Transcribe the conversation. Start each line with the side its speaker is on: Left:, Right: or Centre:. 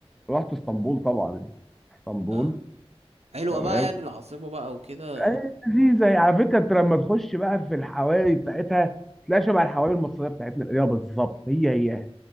Centre: رحت اسطنبول طبعا يعني اسطنبول
Right: اه حلوة
Centre: تمام
Right: بقى يعني العاصمة بقى وكده
Centre: أيوة لذيذة يعني على فكرة أنت لما تخش بقى في الحواري بتاعتها تلاقي شبه الحواري المصرية بتاعتنا القديمة بالظبط هي هي